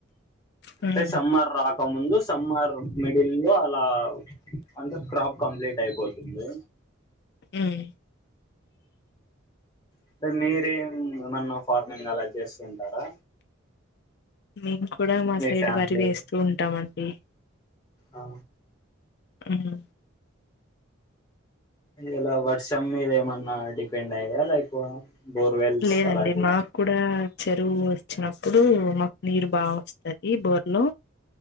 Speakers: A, on the left (about 55°); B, on the left (about 20°).
A: హ్మ్.
B: అే సమ్మార్ రాక ముందు సమ్మార్ మిడిల్ లో అలా అంత క్రాప్ కంప్లీట్ అయిపోతుంది
A: హ్మ్
B: అంటే మీరేం ఏమన్నా ఫార్మింగ్ అలా చేస్తు ఉంటారా
A: మేము కూడా మా సైడ్
B: ఫ్యామిలీ
A: వరి వేస్తూ ఉంటామండి
B: ఆ
A: హ్మ్
B: ఇలా వర్షం మీద ఏమన్నా డిపెండ్ అయయా లైక్ బోర్వెల్స్
A: లేదండి
B: అలాంటి
A: మాకు కూడా చెరువు వచ్చినప్పుడు మాకు నీరు బాగా వస్తుది బోర్లో